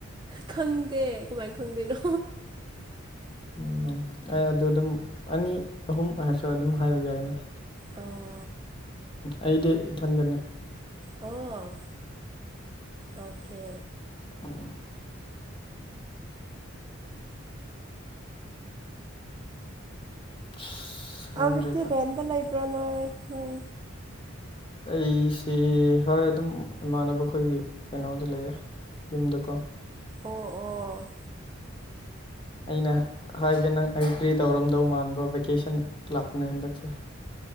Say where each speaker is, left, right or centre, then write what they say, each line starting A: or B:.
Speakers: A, on the right; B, on the left.
A: ꯈꯪꯗꯦ ꯀꯃꯥꯏꯅ ꯈꯪꯗꯣꯏꯅꯣ
B: ꯎꯝ ꯑ ꯑꯗꯨ ꯑꯗꯨꯝ ꯑꯅꯤ ꯑꯍꯨꯝ ꯑꫭꯏꯔꯁꯨ ꯑꯗꯨꯝ ꯍꯥꯏꯕ ꯌꯥꯏꯅ
A: ꯑ
B: ꯑꯩꯗꯤ ꯏꯊꯟꯗꯅꯦ
A: ꯑꯣ ꯑꯣꯀꯦ
B: <inaudible> <inaudible>
A: ꯑꯧꯖꯤꯛꯇ
B: ꯈꯪꯗ꯭ꯔꯦ
A: ꯔꯦꯟꯗ ꯂꯩꯕ꯭ꯔꯅꯦ ꯅꯪ
B: ꯑꯩꯁꯤ ꯍꯣꯏ ꯑꯗꯨꯝ ꯏꯃꯥꯟꯅꯕ ꯈꯣꯏꯒꯤ ꯀꯩꯅꯣꯗ ꯂꯩꯌꯦ ꯌꯨꯝꯗꯀꯣ
A: ꯑꯣ ꯑꯣ
B: ꯑꯩꯅ ꯍꯥꯏꯒꯦ ꯅꯪ ꯑꯩ ꯀꯔꯤ ꯇꯧꯔꯝꯗꯧ ꯃꯥꯟꯕ꯭ꯔꫭ ꯚꯦꯀꯦꯁꯟ ꯂꯥꯛꯄꯅꯦ ꯍꯟꯗꯛꯁꯦ